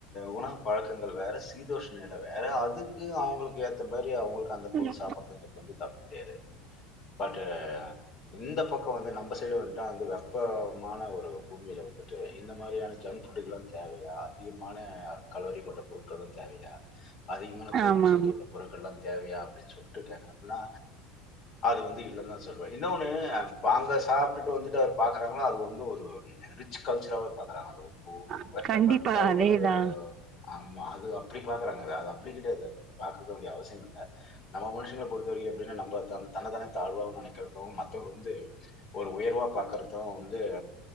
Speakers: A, on the left; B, on the right.
A: உனா பழக்கங்கள் வேற சீதோஷன்டை வேற அதுக்கு அவங்களுக்கு ஏற்ற மாரி அவங்களுக்கு அந்த பொரு
B: ஆமா
A: சாப்பிடுறதுங்க தப்பு கிடையாது பட்டு இந்த பக்கம் பந்து நம்ம சைடு வந்து வெப்பமான ஒரு பூமியில வந்துட்டு இந்த மாதிரியான ஜந் பட்டிகல்லாம் தேவையா அதி கல்லோரி கொண்ட பொருட்கள் வந் தேவையா அதிகமான கொழுப்பு
B: ஆமா
A: சத்து உள்ள பொருட்கள்லா தேவையா அப்பிடின் சொல்ட்டு கேக்குறாங்க நா அது வந்து இல்ல தான் சொல்லுவேன் இன்னொன்னு அங்க சாப்பிட்டுட்டு வந்துட்டு பாக்குறாங்கன்னா அது வந்து ஒரு ரிச் கல்ச்சராவே பாக்குறாங்க அது வந்து உ
B: அ
A: உயர்த்தப்பட்ட
B: கண்டிப்பா அதேதா
A: ஒரு ஆமா. அது அப்படி பாக்குறாங்க அது அப்படி கிடையாது பாக்கவேண்டியது அவசியம் இல்ல நம்ம மனுஷங்கள பொறுத்து பொறுத்தவரைக்கும் எப்டின்னா நம்ப தன் தன்னத்தானே தாழ்வா நெனைக்கிறதும் மத்தவங்க வந்து ஒரு உயர்வா பாக்குறதும் வந்து